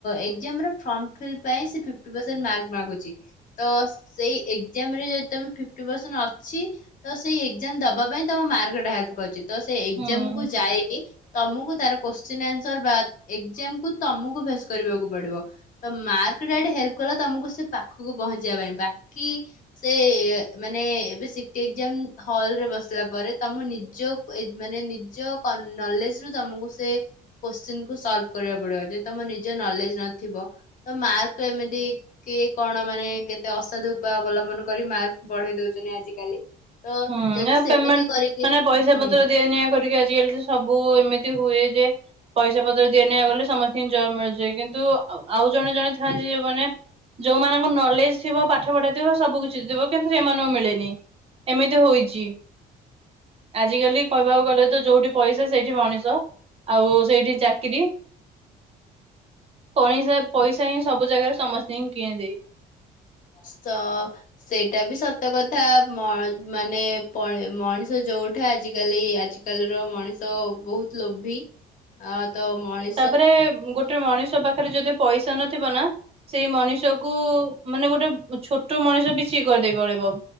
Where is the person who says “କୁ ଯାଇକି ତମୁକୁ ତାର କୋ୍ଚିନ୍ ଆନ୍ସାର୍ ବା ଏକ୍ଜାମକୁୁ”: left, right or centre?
Left